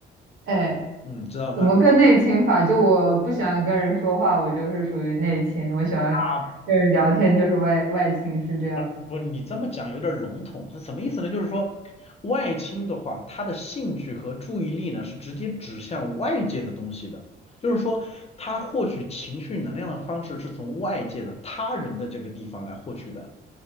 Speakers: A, on the right; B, on the left.
A: 哎，
B: 嗯，知道吗？
A: 怎么个内倾法？就我不喜欢跟人说话，我就是属于内倾；我喜欢跟人聊天，
B: 啊，
A: 就是外外倾，是这样。
B: 不不，你这么讲有点笼统，是什么意思呢？就是说，外倾的话，他的兴趣和注意力呢是直接指向外界的东西的，就是说，他获取情绪能量的方式是从外界的他人的这个地方来获取的。